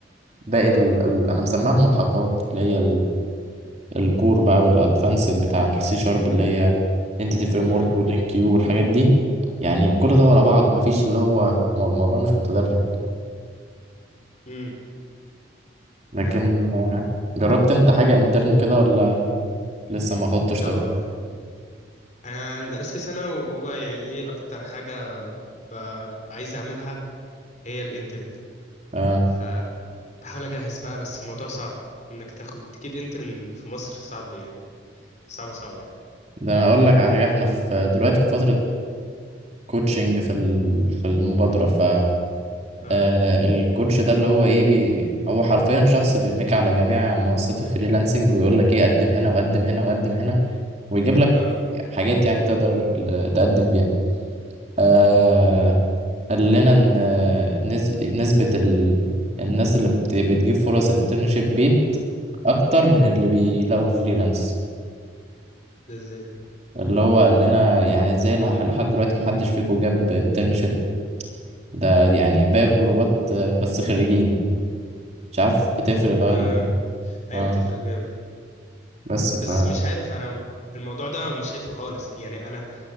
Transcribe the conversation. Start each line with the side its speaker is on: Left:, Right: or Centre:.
Right: باقي ال... ال... انا مسميها الملحقات اللي هي الكور بقى والادفانسد بتاع السي شارب اللي هي انتيتي فريم
Left: اه
Right: ورك ولينك كيو والحاجات دي يعني كل ده ورا
Left: امم
Right: بعض مفيش اللي هو مو- الموضوع مش متدرج
Left: امم
Right: لكن
Left: فاهمك اه
Right: آه، جربت انت حاجة انترن كده ولا لسه ما خدتش
Left: لا
Right: تجربة
Left: والله انا ناقص لي سنه وهو يعني ايه اكتر حاجه ب- عايز اعملها هي الانترن
Right: اه
Left: ف بحاول اجهز بقى بس الموضوع صعب انك تاخد تجيب انترن في مصر صعب يعني صعب صعب يعني
Right: ده انا اقول لك على حاجة احنا في دلوقتي في فترة كوتشنج في ال- في المبادرة ف
Left: اه
Right: آه، الكوتش ده اللي هو ايه بي هو حرفيا شخص بيرميك على جميع منصات الفريلانسنج ويقول لك ايه قدم هنا وقدم هنا وقدم هنا ويجيب لك
Left: اه
Right: حاجات يعني تقدر تقدم بيها آه قال لنا ان آه، نز- نسبة ال... الناس اللي بت... بتجيب فرص انترنشيب بيد اكتر من اللي بيلاقوا فريلانس
Left: ده ازاي ده
Right: اللي هو قال لنا يعني ازاي لح- لحد دلوقتي محدش فيكم جاب انترنشيب ده يعني باقي الجروبات آه، بس خريجين مش عارف بتفرق بقى
Left: اه
Right: ولا إيه.
Left: ايوه
Right: اه
Left: بتفرق جامد
Right: بس
Left: بس
Right: ف
Left: مش عارف انا الموضوع ده مش شايفه خالص يعني انا